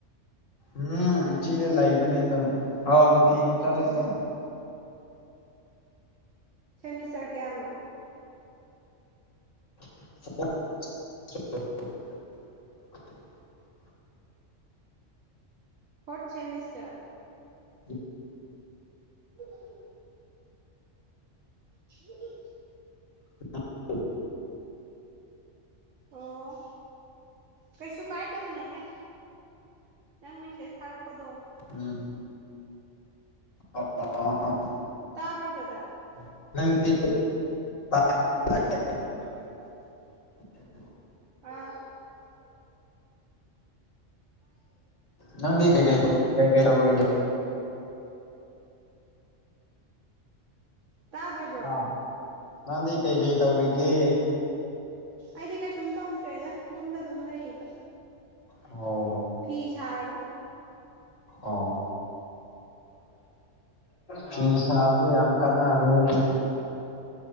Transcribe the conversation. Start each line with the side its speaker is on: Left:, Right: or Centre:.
Left: ꯎꯝ ꯆꯤꯗ ꯂꯏꯕꯅꯦ ꯑꯗꯨꯝ ꯑꯥꯎ ꯅꯨꯡꯇꯤꯒꯤ ꯆꯠꯂꯦ ꯑꯗꯨꯝ
Right: ꯁꯦꯃꯤꯁꯇꯔ ꯀꯌꯥꯅꯣ
Left: <unintelligible>
Right: ꯐꯣꯔꯊ ꯁꯦꯃꯤꯁꯇꯔ
Left: <inaudible>
Right: <unintelligible> ꯍꯤꯍꯤꯍꯤ
Left: <unintelligible>
Right: ꯑꯣ ꯀꯩꯁꯨ ꯀꯥꯏꯗꯕꯅꯦꯍꯦ ꯅꯪ ꯃꯦꯁꯦꯁ ꯊꯥꯔꯛꯄꯗꯣ
Left: ꯎꯝ ꯑꯣ ꯑꯣ ꯑꯣ
Right: ꯇꯥꯕ꯭ꯔꯣ ꯕꯗꯔ
Left: <unintelligible>
Right: ꯑꯥꯎ
Left: ꯅꯪꯗꯤ ꯀꯩ ꯀꯩ ꯇꯧ ꯀꯩ ꯀꯩ ꯇꯧꯔꯤꯒꯦ
Right: ꯇꯥꯗ꯭ꯔꯕ꯭ꯔꯣ
Left: ꯍꯥ ꯅꯪꯗꯤ ꯀꯩꯀꯩ ꯇꯧꯔꯤꯒꯦ
Right: ꯑꯩꯗꯤ ꯀꯩꯁꯨꯝ ꯇꯧꯗ꯭ꯔꯦꯗ ꯌꯨꯝꯗ ꯑꯗꯨꯝ ꯂꯩꯌꯦꯕ
Left: ꯑꯣ
Right: ꯐꯤ ꯁꯥꯥꯔꯒ
Left: ꯑꯣ ꯐꯤ ꯁꯥꯕꯖꯦ ꯌꯥꯝ ꯀꯥꯟꯅꯕꯅꯤꯅꯦ